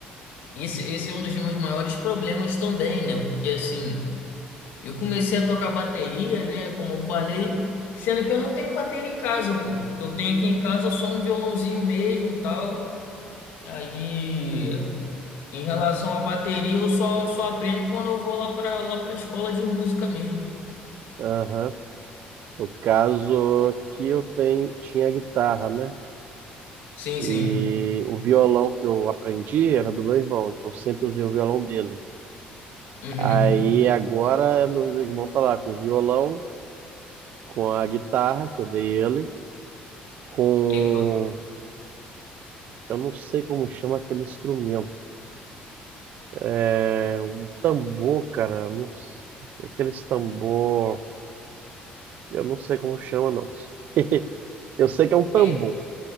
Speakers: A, on the left; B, on the right.
A: Esse, esse é um dos meus maiores problemas também, né? Porque assim, eu comecei a tocar bateria, né? Como eu falei, sendo que eu não tenho bateria em casa, pô. O que eu tenho aqui em casa é só um violãozinho mesmo, tal. Aí, em relação à bateria, eu só, só aprendo quando eu vou lá pra, lá pra escola de música mesmo.
B: Aham. No caso aqui eu tenho, tinha a guitarra, né?
A: Sim, sim.
B: E o violão que eu aprendi era do meu irmão, então sempre usei o violão dele.
A: Uhum.
B: Aí agora meu irmão tá lá com o violão, com a guitarra que eu dei ele, com
A: Legal.
B: Eu não sei como chama aquele instrumento. É um tambor, cara. eu Não... s- Aqueles tambor. Eu não sei como chama, não. <laughs> Eu sei que é um tambor.
A: É,